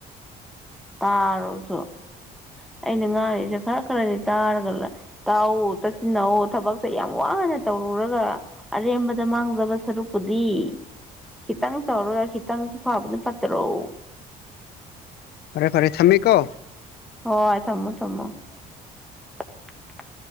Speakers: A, in the centre; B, on the left.
A: ꯇꯥꯔꯣꯁꯣ ꯑꯩꯅ ꯉꯥꯡꯔꯤꯁꯦ ꯈꯔ ꯈꯔꯗꯤ ꯇꯥꯔꯒ ꯂ ꯇꯥꯋꯣ ꯇꯥꯁꯤꯟꯅꯋꯣ ꯊꯕꯛꯁꯦ ꯌꯥꯝ ꯋꯥ ꯅ ꯇꯧꯔꯨꯔꯒ ꯑꯔꯦꯝꯕꯗ ꯃꯥꯡꯖꯕ ꯁꯔꯨꯛꯄꯨꯗꯤ ꯈꯤꯇꯪ ꯇꯧꯔꯒ ꯈꯤꯇꯪꯁꯨ ꯐꯕꯅ ꯐꯠꯇꯔꯣ
B: <unintelligible> ꯐꯔꯦ ꯊꯝꯃꯦ ꯀꯣ
A: ꯍꯣꯏ ꯊꯝꯃꯣ ꯊꯝꯃꯣ <unintelligible>